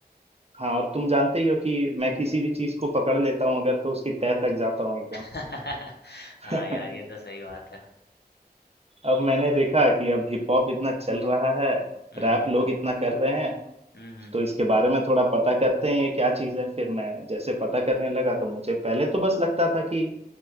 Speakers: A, on the right; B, on the left.
A: हाँ और तुम जानते ही हो कि मैं किसी भी चीज को पकड़ लेता हूँ अगर तो उसकी तह तक जाता हूँ एकदम
B: <laughs>
A: <laughs>
B: हाँ यार ये तो सही बात है
A: अब मैंने देखा कि अब हिप हॉप इतना चल रहा है
B: हम्म
A: रैप
B: हम्म
A: लोग
B: हम्म
A: इतना कर रहे हैं
B: हम्म हम्म।
A: तो इसके बारे में थोड़ा पता करते हैं ये क्या चीज है फिर मैं जैसे पता करने लगा तो मुझे पहले तो बस लगता था कि